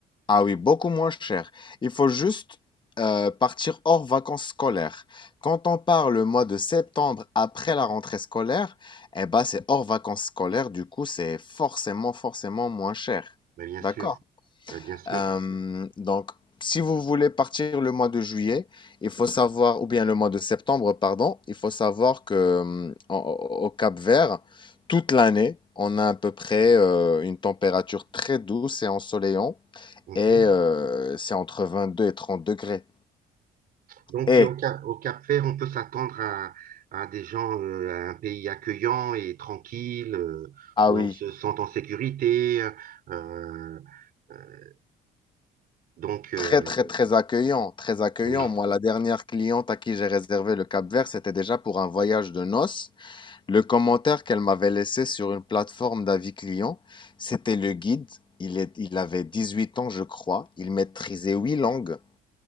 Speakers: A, on the left; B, on the right.
A: Ah oui, beaucoup moins cher. Il faut juste euh, partir hors vacances scolaires. Quand on part le mois de septembre après la rentrée scolaire, eh ben c'est hors vacances scolaires, du coup c'est forcément, forcément moins cher.
B: Mais bien sûr,
A: D'accord?
B: mais bien sûr.
A: Euh, donc, si vous voulez partir le mois de juillet, il faut savoir, ou bien le mois de septembre, pardon, il faut savoir que euh, au Cap Vert, toute l'année, on a à peu près euh, une température très douce et ensoleillante,
B: Mhm.
A: et euh, c'est entre 22 et 30 degrés.
B: Donc,
A: Et,
B: et au Cap, au Cap-Vert, on peut s'attendre à, à des gens, euh, à un pays accueillant et tranquille, euh,
A: ah
B: où
A: oui,
B: on se sent en sécurité. euh, euh, donc, euh,
A: très très très accueillant, très accueillant.
B: oui.
A: Moi, la dernière cliente à qui j'ai réservé le Cap Vert, c'était déjà pour un voyage de noces. Le commentaire qu'elle m'avait laissé sur une plateforme d'avis client, c'était le guide. Il est, il avait 18 ans, je crois. Il maîtrisait huit langues.